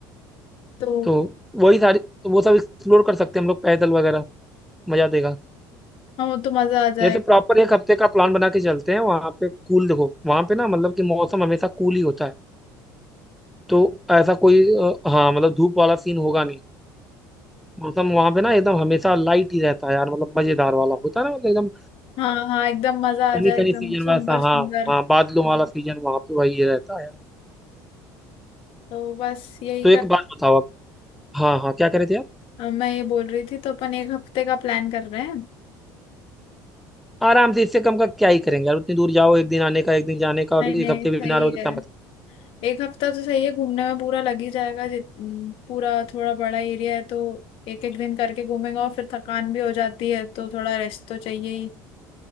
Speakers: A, on the left; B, in the centre.
A: तो
B: तो वही सारी तो वो सब एक्सप्लोर कर सकते हैं हम लोग पैदल वगैरह मजा देगा
A: हाँ वो तो मजा आ जाएगा
B: जैसे प्रॉपर एक हफ्ते का प्लान बना के चलते हैं वहां पे कूल देखो वहां पे ना मतलब कि मौसम हमेशा कूल ही होता है तो ऐसा कोई अ, हाँ मतलब धूप वाला सीन होगा नहीं मौसम वहां पे ना एकदम हमेशा लाइट ही रहता है यार मतलब मजेदार वाला होता है ना मतलब एकदम
A: हाँ हाँ एकदम मजा
B: सनी
A: आ जाए
B: सनी
A: एकदम
B: सीजन
A: सुंदर
B: वैसा
A: सुंदर
B: हाँ हाँ बादलों वाला सीजन वहां पे वही रहता है यार
A: तो बस यही
B: तो एक
A: कर
B: बात बताओ आप हाँ हाँ क्या कह रहे थे आप
A: मैं ये बोल रही थी तो अपन एक हफ्ते का प्लान कर रहे हैं
B: आराम से इससे कम का क्या ही करेंगे यार उतनी दूर जाओ एक दिन आने का एक दिन जाने का और
A: नहीं
B: एक
A: नहीं
B: हफ्ते
A: सही
B: भी ना रहो तो क्या
A: है
B: मतलब
A: एक हफ्ता तो सही है घूमने में पूरा लग ही जाएगा जित हम्म, पूरा थोड़ा बड़ा एरिया है तो एक एक दिन करके घूमेंगे और फिर थकान भी हो जाती है तो थोड़ा रेस्ट तो चाहिए ही